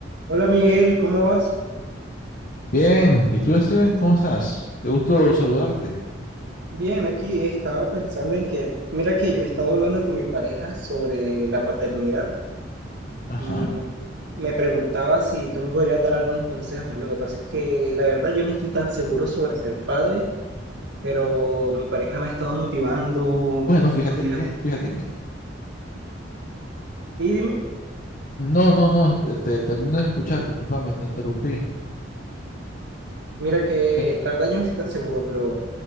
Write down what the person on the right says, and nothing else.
Hola Miguel, ¿cómo vas?
Bien, aquí estaba pensando en que, mira que yo he estado hablando con mi pareja sobre la paternidad
y me preguntaba si tú me podrías dar algunos consejos. Lo que pasa es que la verdad yo no estoy tan seguro sobre ser padre, pero mi pareja me ha estado motivando
y,
y dime.
Mira que
la verdad yo no estoy tan seguro, pero